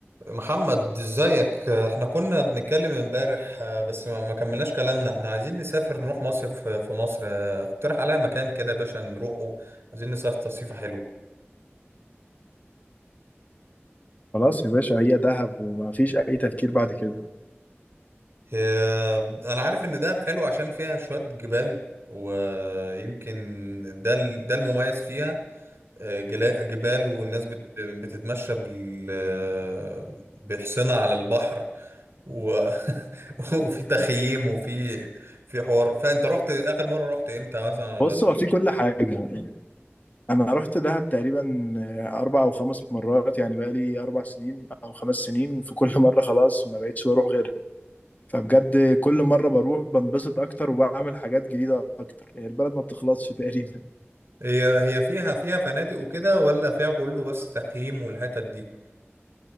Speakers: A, on the right; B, on the left.
A: محمد ازيك احنا كنا بنتكلم امبارح آه، بس ما ما كملناش كلامنا احنا عايزين نسافر نروح مصيف في في مصر آه، اقترح عليا مكان كده يا باشا نروحه عايزين نسافر تصيفة حلوة
B: خلاص يا باشا هي دهب وما فيش اي تفكير بعد كده
A: آه، انا عارف ان دهب حلو عشان فيها شوية جبال ويمكن ده ال- ده المميز فيها آه، جلا- جبال والناس بت- بتتمشى بال- آه، بحصنة على البحر و... <laughs> وفي تخييم وفي في حوار فانت رحت اخر مره رحت امتى مثلا ولا
B: بص هو في كل حاجه يعني انا رحت دهب تقريبا آه، اربع او خمس مرات يعني بقى لي اربع سنين او خمس سنين في كل <laughs> مره خلاص ما بقتش بروح غيرها فبجد كل مره بروح بنبسط اكتر وبعمل حاجات جديده اكتر يعني البلد ما بتخلصش تقريبا
A: هي هي فيها فيها فنادق وكده ولا فيها كله بس تخييم والحتت دي